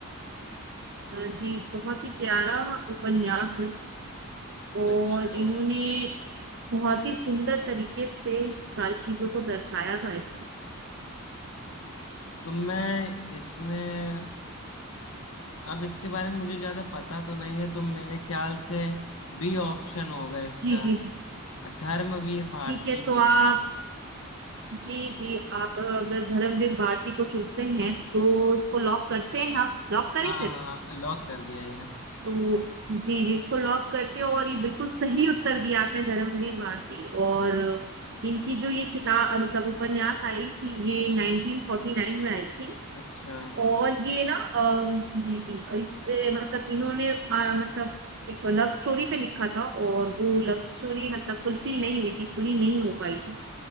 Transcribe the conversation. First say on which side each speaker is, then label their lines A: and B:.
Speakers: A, on the right; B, on the left.
A: अ, जी बहुत ही प्यारा उपन्यास है और
B: अच्छा
A: इन्होंने बहुत ही सुंदर तरीके से सारी चीजों को दर्शाया था इसमें
B: तो मैं इसमें अब इसके बारे में मुझे ज्यादा पता तो नहीं है तो मेरे ख्याल से बी ऑप्शन होगा इसका
A: जी जी जी
B: धर्मवीर भारती
A: ठीक है तो
B: जी
A: आप
B: का
A: जी जी आप अ, अगर धर्मवीर भारती को चुनते हैं तो उसको लॉक करते हैं हम लॉक करें
B: हाँ
A: फिर
B: हाँ लॉक कर दिया जाए
A: तो जी जी इसको लॉक करते हो और ये बिल्कुल सही उत्तर दिया आपने धर्मवीर भारती और इनकी जो ये किताब मतलब उपन्यास आई थी ये 1949 में आई थी
B: अच्छा
A: और ये ना अम, जी जी इस पे मतलब इन्होंने अ, मतलब एक लव स्टोरी पे लिखा था और वो लव स्टोरी मतलब फुलफिल नहीं हुई थी पूरी नहीं हो पाई थी